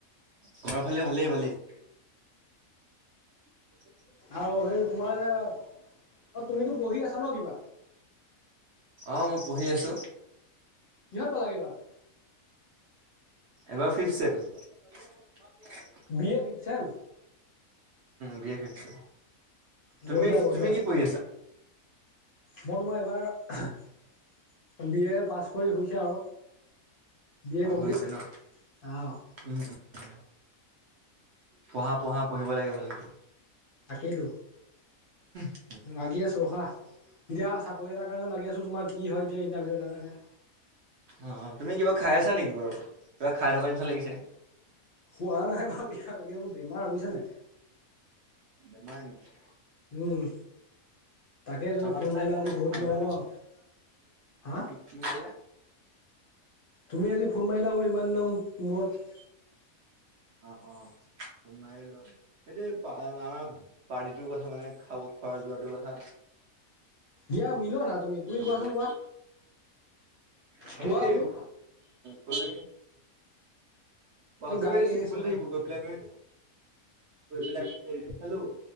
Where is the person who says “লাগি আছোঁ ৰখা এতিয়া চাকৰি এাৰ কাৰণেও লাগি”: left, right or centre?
Left